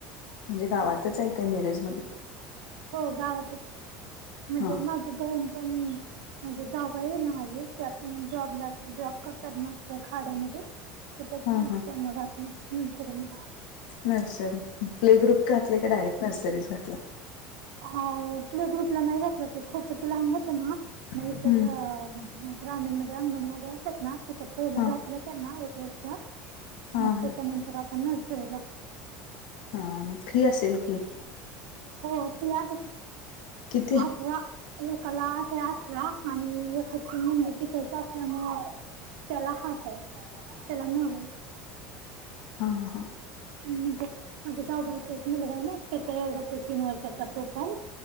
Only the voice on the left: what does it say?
म्हणंजे गांवातच आहे कायं मिरज मध्यें
हा
हा
हा
नर्सरी प्ले ग्रुप घांतले कां डायरेक्टं नर्सरी घातलं
हम्म
हा
हा
हा
हा मग फी असेल की
किती?
हा ह हा